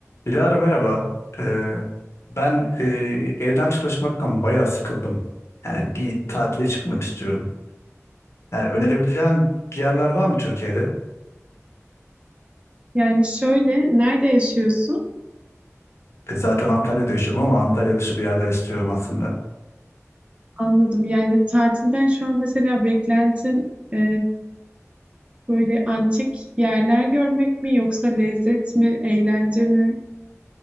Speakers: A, on the left (about 60°); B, on the right (about 20°).
A: Dilara merhaba. Ee, ben e, evden çalışmaktan bayağı sıkıldım. Yani bir tatile çıkmak istiyorum. Yani önerebileceğin bir yerler var mı Türkiye'de?
B: Yani şöyle, nerede yaşıyorsun?
A: E, zaten Antalya'da yaşıyorum ama Antalya dışı bir yerler istiyorum aslında.
B: Anladım. Yani tatilden şu an mesela beklentin e, böyle antik yerler görmek mi yoksa lezzet mi, eğlence mi?